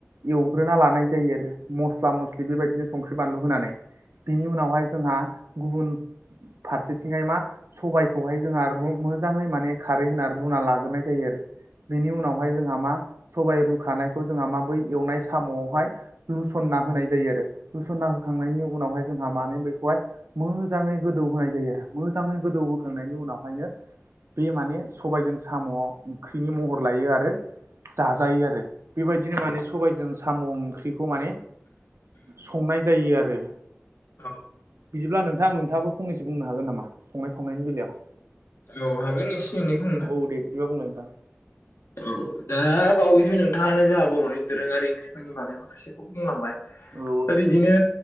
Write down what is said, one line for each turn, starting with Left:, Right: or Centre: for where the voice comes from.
Right: एवग्रोना लानाय जायो आरो मस्ला मस्लि बेबायदिनो संख्रि बानलु होनानै बिनि उनावहाय जोंहा गुबुन फारसेथिंजाय मा सबायखौहाय जोंहा रु मोजाङै माने खारै होना रुना लाग्रोनाय जायो आरो। बेनि उनावहाय जोंहा मा सबाइ रुखानायखौ जोंहा मा बै एवनाय साम'आवहाय लुसनना होनाय जायो आरो लुसनना होखांनायनि उनावहाय जोंहा माने बैखौहाय मोजाङै गोदौ होनाय जायो आरो मोजाङै गोदौहोखांनायनि उनावहायनो बे माने सबायजों साम'आव ओंख्रिनि महर लायो आरो। जाजायो आरो बेबायदिनो माने सबायजों साम' ओंख्रि खौ माने संनाय जायो आरो।
Left: <unintelligible>
Right: बिदिब्ला नोंथां नोंथाङाबो फनैसो बुंनो हागोन नामा संनाय खावनायनि बेलायाव?
Left: औ हागोन एसे एनैखौ नोंथां।
Right: औ दे बिदिबा बुंलाय नोंथां
Left: औ दा बावैसो नोंथाङानो जोंहा बर'नि दोरोङारि ओंख्रिफोरनि बागै <unintelligible> <unintelligible> बुंलांबाय
Right: औ
Left: दा बिदिनो